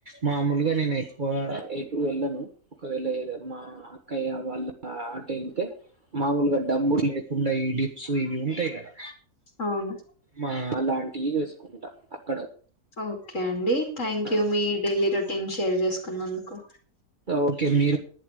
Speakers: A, on the right; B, on the left.
A: మామూలుగా నేను ఎక్కువ ఎటు వెళ్ళను ఒకవేళ మా అక్కయ్య వాళ్ళ అట వెళ్తే మామూలుగా డమ్బులు లేకుండా ఈ డిప్స్ తూ విింటాయి కదా
B: అవును
A: మా అలాంటివి చేసుకుంట కుంట
B: ఓకే అండి థ్యాంక్
A: ఆ,
B: మీ డెయిలీ రొటీన్ టీం షేర్ చేసుకున్నందుకు
A: ఓకే మీరు